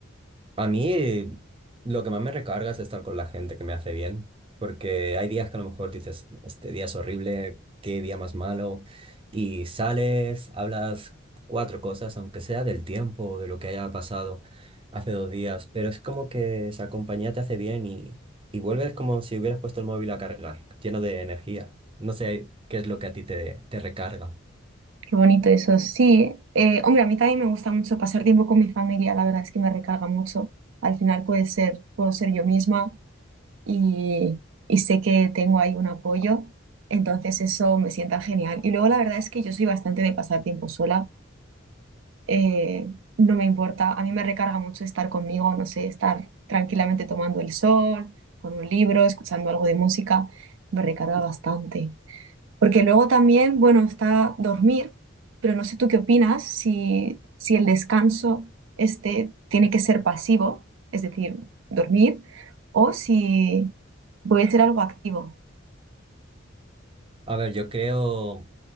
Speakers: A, on the right; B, on the right.
A: A mí eh, lo que más me recarga es estar con la gente que me hace bien, porque hay días que a lo mejor dices, este día es horrible, qué día más malo, y sales, hablas cuatro cosas, aunque sea del tiempo o de lo que haya pasado hace dos días, pero es como que esa compañía te hace bien y, y vuelves como si hubieras puesto el móvil a cargar, lleno de energía. No sé qué es lo que a ti te, te recarga.
B: Qué bonito eso, sí. Eh, hombre, a mí también me gusta mucho pasar tiempo con mi familia, la verdad es que me recarga mucho. Al final puede ser, puedo ser yo misma y, y sé que tengo ahí un apoyo, entonces eso me sienta genial. Y luego la verdad es que yo soy bastante de pasar tiempo sola, eh, no me importa, a mí me recarga mucho estar conmigo, no sé, estar tranquilamente tomando el sol, con un libro, escuchando algo de música, me recarga bastante. Porque luego también, bueno, está dormir, pero no sé tú qué opinas si, si el descanso este tiene que ser pasivo, es decir, dormir, o si puede ser algo activo,
A: A ver, yo creo